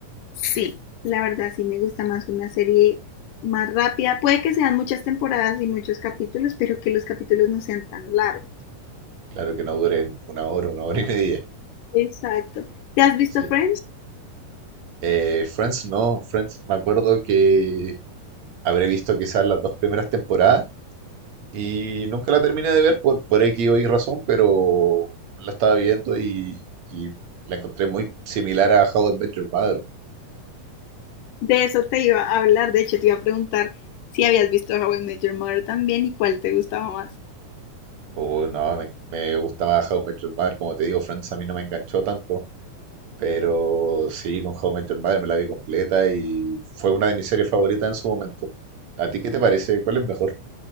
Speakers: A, on the left; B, on the right.
A: sí. La verdad, sí me gusta más una serie más rápida. Puede que sean muchas temporadas y muchos capítulos, pero que los capítulos no sean tan largos.
B: Claro que no duren una hora, una hora y media.
A: Exacto. ¿Te has visto
B: Sí.
A: Friends?
B: Eh, Friends no, Friends me acuerdo que habré visto quizás las dos primeras temporadas y nunca la terminé de ver por, por X o Y razón, pero la estaba viendo y, y la encontré muy similar a How I Met Your Mother.
A: De eso te iba a hablar. De hecho, te iba a preguntar si habías visto How I Met Your Mother también y cuál te gustaba más.
B: Oh, no, me, me gusta más How I Met Your Mother, como te digo, Friends a mí no me enganchó tanto, pero sí, con How I Met Your Mother me la vi completa y fue una de mis series favoritas en su momento. ¿A ti qué te parece? ¿Cuál es mejor?